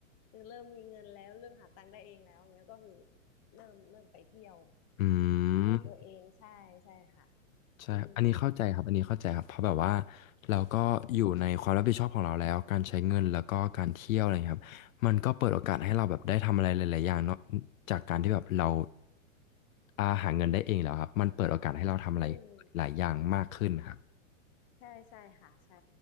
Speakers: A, on the left; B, on the left.
A: คือเริ่มมีเงินแล้วเริ่มหาตังค์ได้เองแล้วเงี้ยก็คือเริ่มเริ่มไปเที่ยว
B: อื
A: ด้วยตัวเองใช่ใช่ค่ะ
B: ม ใช่ครับอันนี้เข้าใจครับอันนี้เข้าใจครับ
A: อืม
B: เพราะแบบว่าเราก็อยู่ในความรับผิดชอบของเราแล้ว การใช้เงินแล้วก็การเที่ยวอะไรอย่างเงี้ยครับมันก็เปิดโอกาสให้เราแบบได้ทำอะไรหลายๆอย่างเนาะจากการที่แบบเราอาหาเงินได้เองแล้วครับมันเปิดโอกาสให้เราทำอะไร
A: อืม
B: หลายอย่างมากขึ้นครับ
A: ใช่ใช่ค่ะใช่